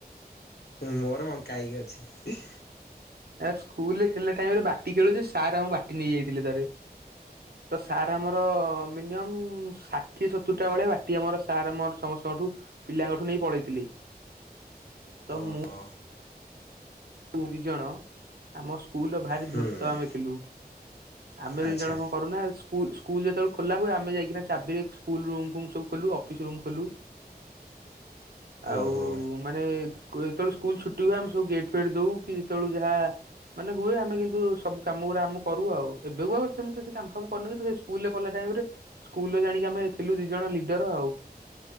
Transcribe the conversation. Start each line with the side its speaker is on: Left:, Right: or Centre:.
Left: ମୋର ବଙ୍କା ହୋଇକି ଅଛି।
Right: ସ୍କୁଲରେ ଥିଲା ଟାଇମ୍ ରେ ବାଟି ଖେଳୁ ଯେ ସାର୍ ଆମର ବାଟି ନେଇ ଯାଇଥିଲେ ଥରେ। ତ ସାର୍ ଆମର ମିନିମମ୍ ଷାଠିଏ ସତୁୁରଟା ବେଳେ ବାଟି ଆମର ସାର୍ ଆମର ସମସ୍ତଙ୍କଠୁ ପିଲାଙ୍କଠୁ ନେଇ ପଳେଇଥିଲେ। ତ
Left: ଓହୋ
Right: ମୁଁ ମୁଁ ଦି ଜଣ ଆମ ସ୍କୁଲ ର ଭାରି
Left: ହୁଁ
Right: ଧୃତ ଆମେ ଥିଲୁ। ଆମେ ଦି
Left: ଆଚ୍ଛା
Right: ଜଣ କଣ କରୁନା ସ୍ ସ୍କୁଲ ଯେତେବେଳେ ଖୋଲା ହୁଏ ଆମେ ଯାଇକନା ଚାବିରେ ସ୍କୁଲ୍ ରୁମ୍ ଫୁମ୍ ଖୋଲୁ ଅଫିସ୍ ରୁମ୍ ଖୋଲୁ। ଆଉ
Left: ଓହୋ
Right: ମାନେ ଯେତେବେଳେ ସ୍କୁଲ ଛୁଟି ହୁଏ ଆମେ ସବୁ ଗେଟ ଫେଡି ଦଉ କି ଯେତେବେଳଳେ ଯାହା ମାନେ ହୁଏ ଆମେ କିନ୍ତୁ ସବୁ କାମ ଗୁରା ଆମେ କରୁ ଆଉ ଏବେ କୁ ଆଉ ମୁଁ କିଛି କନଫର୍ମ କରନି କିନ୍ତୁ ସ୍କୁଲ ପଢିଲା ଟାଇମ୍ ରେ ସ୍କୁଲ ଜାଣିକି ଆମେ ଥିଲୁ ଦି ଜଣ ଲିଡର ଆଉ।